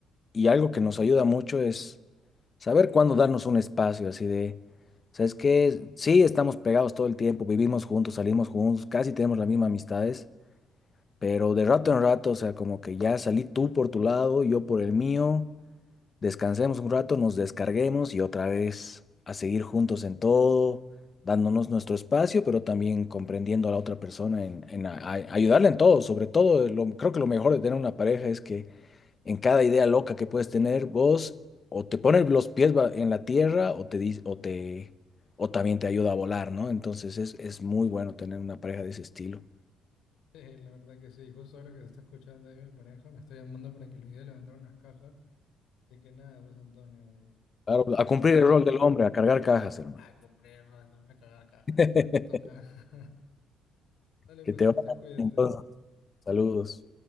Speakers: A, on the left; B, on the left.
A: Y algo que nos ayuda mucho es saber cuándo darnos un espacio, así de, ¿sabes qué? Sí, estamos pegados todo el tiempo, vivimos juntos, salimos juntos, casi tenemos las mismas amistades, pero de rato en rato, o sea, como que ya salí tú por tu lado, yo por el mío descansemos un rato, nos descarguemos y otra vez a seguir juntos en todo, dándonos nuestro espacio, pero también comprendiendo a la otra persona, en, en a- a- ayudarle en todo. Sobre todo, lo- creo que lo mejor de tener una pareja es que en cada idea loca que puedes tener, vos o te pones los pies ba- en la tierra o te, dis- o te, o también te ayuda a volar, ¿no? Entonces es, es muy bueno tener una pareja de ese estilo.
B: <laughs> Sí, la verdad que sí. Justo ahora que se está escuchando ahí mi pareja, me está llamando para que le ayude a levantar unas cajas. Así que nada, pues Antonio, eh,
A: Claro,
B: ya nos
A: a
B: estamos
A: cumplir el
B: nos...
A: rol del hombre, a cargar cajas, hermano.
B: a comprar, no hombre, cagar cajas,
A: <laughs>
B: es lo que toca. <laughs> Dale,
A: Que
B: pues
A: te
B: entonces
A: vaya
B: cuídate.
A: bien, entonces, saludos.